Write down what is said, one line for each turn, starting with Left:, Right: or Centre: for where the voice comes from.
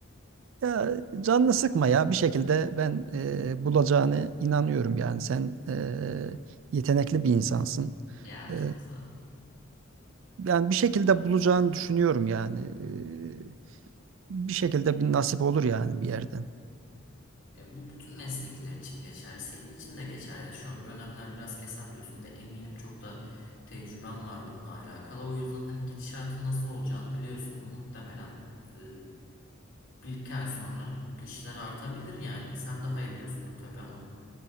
Right: Ya canını sıkma ya bir şekilde ben e, bulacağını inanıyorum yani sen e, yetenekli bir insansın.
Left: Ya
Right: E,
Left: çok sağ ol.
Right: Yani bir şekilde bulacağını düşünüyorum yani. Ee, Bir şekilde bir nasip olur yani bir yerden.
Left: Ya bu bütün meslekler için geçerli. Senin için de geçerli. Yani şu dönemler biraz kesat diyorsun ve eminim çok da tecrüben var bununla alakalı. O yüzden hani gidişatın nasıl olacağını biliyorsundur. Muhtemelen e, bir iki ay sonra işler artabilir yani. Sen daha iyi biliyorsundur tabii ama.